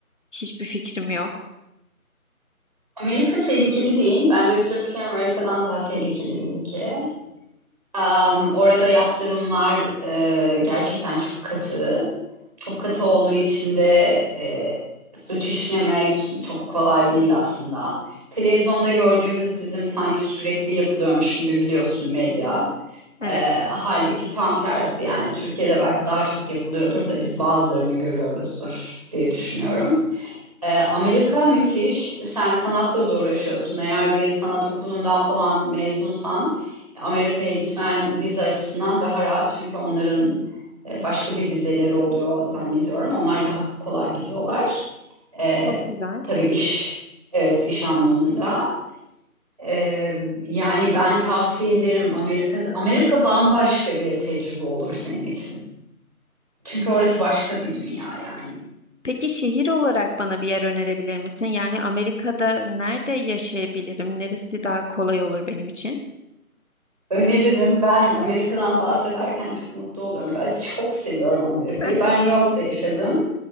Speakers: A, on the left; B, on the right.
A: Hiçbir fikrim yok.
B: Amerika tehlikeli değil. Bence Türkiye Amerika'dan daha tehlikeli bir ülke. Am, orada yaptırımlar e, gerçekten çok katı. Çok katı olduğu için de e, suç işlemek çok kolay değil aslında. Televizyonda gördüğümüz bizim sanki sürekli yapılıyormuş gibi biliyorsun medya. E,
A: Evet,
B: halbuki tam tersi yani Türkiye'de belki daha çok yapılıyordur da biz bazılarını görüyoruzdur diye düşünüyorum. Ee, Amerika müthiş. Sen sanatla da uğraşıyorsun. Eğer bir sanat okulundan falan mezunsan Amerika'ya gitmen vize açısından daha rahat. Çünkü onların e, başka bir vizeleri oluyor zannediyorum. Onlar daha kolay gidiyorlar. Ee,
A: çok güzel.
B: tabii iş, evet iş anlamında. Ee, yani ben tavsiye ederim Amerika. Amerika bambaşka bir tecrübe olur senin için. Çünkü orası başka bir dünya yani.
A: Peki şehir olarak bana bir yer önerebilir misin? Yani Amerika'da nerede yaşayabilirim? Neresi daha kolay olur benim için?
B: Öneririm. Ben Amerika'dan bahsederken çok mutlu oluyorum. Ben çok seviyorum Amerika'yı.
A: <laughs>
B: Ben New York'ta yaşadım.